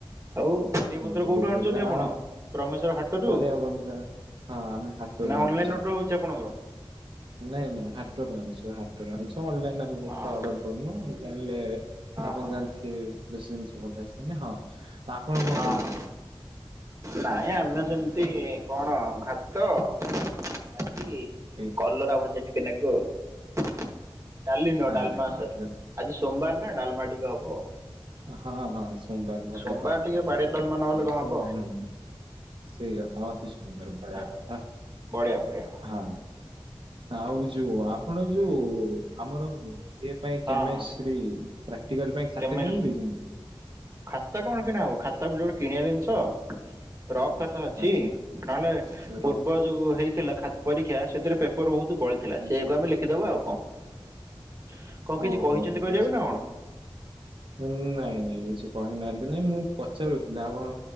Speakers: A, on the right; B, on the right.
A: ଆଉ ପରିବାପତ୍ର
B: ହଁ କୋବି
A: କୋଉଠୁ
B: ଭଜା
A: ଆଣିଛନ୍ତି ଆପଣ
B: ଆ
A: ବ୍ରହ୍ମେଶ୍ଵର ହାଟରୁ।
B: ପରିବା ବନିଲା ହଁ ଆମେ ହାଟରୁ
A: ନା
B: ଆଣୁଛେ।
A: ଅନଲାଇନ ଅର୍ଡର ହଉଛି ଆପଣଙ୍କର।
B: ନାଇଁ ନାଇଁ ହାଟରୁ ଆଣିଛୁ ହାଟରୁ ଆଣିଛୁ ଅନଲାଇନ ଆମେ
A: ଅ
B: ଅର୍ଡର
A: ଓହୋ
B: କରୁନୁ ଇ ଜାଣିଲେ ଆପଣ
A: ହଁ
B: ଜାଣିଥିବେ ମେସିନ୍ ଭଲ ଆସେନି ହଁ। ତ ଆପଣ କଣ
A: ହଁ
B: ଖାଇଛନ୍ତି?
A: ହ ନାଇଁ ଆମେ ସେମିତି କଣ ଭାତ, ଡାଲି
B: ଟିମ୍
A: ଅଲରା ଭଜା ଟିକେ ନେବୁ ଆଉ ଡାଲି ନୂ
B: ଆରେ
A: ଡାଲମା
B: ବାପରେ
A: ସରି ଆଜି ସୋମବାର ନା ଡାଲମାଟିକ ହବ ଆଉ।
B: ହଁ ହଁ ସୋମବାର ଭଲବାର
A: ସୋମବାର ଟିକେ ବାଡିଆ ଡାଲମା ନହେଲେ
B: ଜେହେତୁ
A: କଣ ହବ।
B: ହଁ। ସେଇ କଥା ଅତି ସୁନ୍ଦର ବଢିଆ
A: ହଁ
B: କଥା।
A: ବଢିଆ ବଢିଆ
B: ହଁ ଆଉ ଯୋଉ ଆପଣ ଯୋଉ ଆମର ଇ ପାଇଁ
A: ହଁ
B: କେମିଷ୍ଟି
A: ହଁ
B: ପ୍ରାକ୍ଟିକାଲ ପାଇଁ ଖାତା
A: କେମେଷ୍ଟ୍ରି
B: କିଣୁ ଦେଇଛନ୍ତି?
A: ଖାତା କଣ କିଣାହବ ଖାତା ବୁ ଗୋଟେ କିଣିବା ଜିନିଷ ରଫ୍ ଖାତା ଅଛି।
B: ଆଚ୍ଛା
A: ନହେଲେ
B: ରଫ୍
A: ପୂର୍ବ ଯୋଉ ହେଇଥିଲା ପରୀକ୍ଷା ସେଥିରେ ପେପର ବହୁତ ବଳିଥିଲା
B: ଆଚ୍ଛା
A: ସେଇଆକୁ ଆମେ ଲଖ ଶଖିଦବା ଆଉ କଣ। କଣ କିଛି
B: ଓହୋ
A: କହିଛନ୍ତି
B: ଆଚ୍ଛା।
A: କରିବାକୁ ନା କଣ?
B: ନାଇଁ ନାଇଁ କିଛି କହିନାହାନ୍ତି ନାଇଁ ମୁଁ ପଚାରୁଥିଲି ଆପଣ